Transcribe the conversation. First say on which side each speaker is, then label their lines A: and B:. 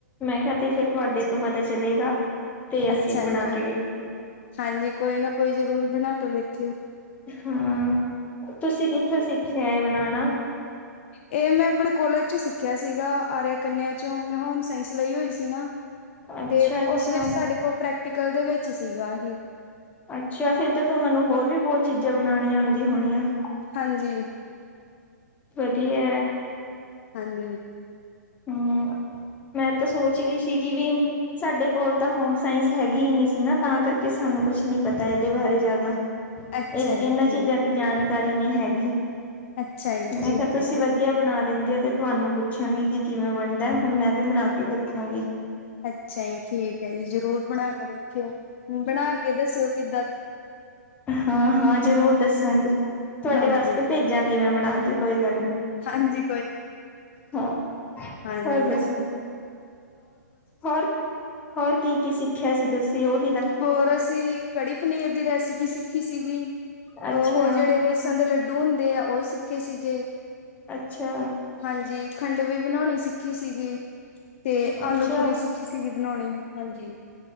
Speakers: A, on the left; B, on the left.
A: ਮੈਂ ਕੇਯਾ ਤੇ ਫੇਰ ਤੁਹਾਡੇ ਤੋਂ ਪਤਾ ਚਲੇਗਾ। ਤੇ ਅਸੀਂ
B: ਅੱਛਾ ਜੀ
A: ਬਣਾ
B: ਹਾਂਜੀ,
A: ਕੇ ਵੇਖਾਂਗੇ।
B: ਹਾਂਜੀ ਕੋਈ ਨਾ ਕੋਈ ਜਰੂਰ ਬਣਾ ਕੇ ਵੇਖਿਓ।
A: ਹਾਂ, ਤੁਸੀਂ ਕਿੱਥੋਂ ਸਿੱਖਿਆ ਏ ਬਣਾਣਾ?
B: ਏ ਮੈਂ ਆਪਣੇ ਕੋਲਜ ਚ ਸਿੱਖਿਆ ਸੀਗਾ, ਆਰਿਆ ਕੰਨਿਆ ਚੋਂ। ਮੈਂ ਹੋਮ ਸਾਇੰਸ ਲਈ ਹੋਈ ਸੀ ਨਾ।
A: ਅੱਛਾ
B: ਤੇ
A: ਅੱਛਾ।
B: ਓਸ ਵਿੱਚ ਸਾਡੇ ਕੋਲ ਪ੍ਰੈਕਟੀਕਲ ਦੇ ਵਿੱਚ ਸੀਗਾ ਏਹ।
A: ਅੱਛਾ ਫੇਰ ਤੇ ਤੁਹਾਨੂੰ ਹੋਰ ਵੀ ਬਹੁਤ ਚੀਜ਼ਾਂ ਬਣਾਉਣੀਆਂ ਆਉਂਦੀਆਂ ਹੋਣੀਆਂ।
B: ਹਾਂਜੀ।
A: ਵਧੀਐ।
B: ਹਾਂਜੀ।
A: ਹਮ ਮੈਂ ਤੇ ਸੋਚ ਰੀ ਸੀ ਕਿ ਵੀ ਸਾਡੇ ਕੋਲ ਤਾਂ ਹੋਮ ਸਾਇੰਸ ਹੈਗੇ ਹੀ ਨਹੀਂ ਸੀ ਨਾ ਤਾਂ ਕਰਕੇ ਸਾਨੂੰ ਕੁਛ ਨੀ ਪਤਾ ਏਦੇ ਬਾਰੇ ਜਾਦਾ।
B: ਅੱਛਾ
A: ਏ ਏਹਨਾਂ
B: ਜੀ ਠੀਕ
A: ਚੀਜ਼ਾਂ ਦੀ ਜਾਣਕਾਰੀ ਨੀਂ ਹੈਗੀ,
B: ਅੱਛਾ ਜੀ
A: ਮੈਂ
B: ਠੀਕ
A: ਕੇਆ ਤੁਸੀਂ
B: ਹੈ ਜੀ
A: ਵਧੀਆ ਵਧੀਆ ਬਣਾ ਲਿੰਦੇਓ ਤੇ ਤੁਆਨੂੰ ਪੁੱਛਾਂਗੀ ਕਿ ਕਿਵੇਂ ਬਣਦਾ ਹੁਨ ਮੈਂ ਵੀ ਬਣਾ ਕੇ ਵੇਖਾਂਗੀ।
B: ਅੱਛਾ ਈ, ਠੀਕ ਐ ਜੀ, ਜਰੂਰ ਬਣਾ ਕੇ ਦੇਖਿਓ, ਬਣਾ ਕੇ ਦੱਸਿਓ ਕਿ
A: ਹਾਂ-ਹਾਂ, ਜਰੂਰ ਦੱਸਾਂਗੀ। ਤੁਆਡੇ
B: ਹਾਂਜੀ।
A: ਵਾਸਤੇ ਭੇਜਾਂਗੀ ਮੈਂ ਬਣਾ ਕੇ, ਕੋਈ ਗੱਲ ਨੀ,
B: ਹਾਂਜੀ
A: ਹਾਂ।
B: ਹਾਂਨੀ।
A: ਹੋਰ ਦੱਸੋ ਹੋਰ ਹੋਰ ਕੀ-ਕੀ ਸਿੱਖਿਆ ਸੀ ਤੁਸੀਂ, ਹੋਰ?
B: ਹੋਰ ਅਸੀਂ ਕੜੀ ਪਨੀਰ ਦੀ ਰੈਸਿਪੀ ਸਿੱਖੀ ਸੀਗੀ,
A: ਅੱਛਾ
B: ਓ ਜੇੜੇ ਵੇਸਣ ਦੇ ਲੱਡੂ ਹੁੰਦੇ ਆ, ਓ ਸਿੱਖੇ ਸੀਗੇ।
A: ਅੱਛਾ
B: ਹਾਂਜੀ, ਖੰਡਵੀ ਬਣਾਉਣੀ ਸਿੱਖੀ ਸੀਗੀ। ਤੇ ਆਲੂ-ਪੂਰੀ
A: ਅੱਛਾ
B: ਸਿੱਖੀ ਸੀਗੀ ਬਣਾਉਣੀ, ਹਾਂਜੀ।